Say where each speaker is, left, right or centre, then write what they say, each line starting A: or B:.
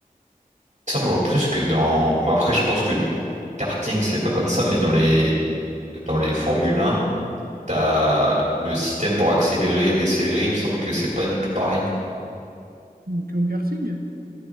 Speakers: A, on the right (about 50°); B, on the right (about 70°).
A: Il semble en plus que dans. Bah après, je pense que du coup, karting, c'est pas comme ça, mais dans les, dans les Formule un t'as le système pour accélérer et décélérer, il me semble que c'est pas du tout pareil.
B: Que au karting?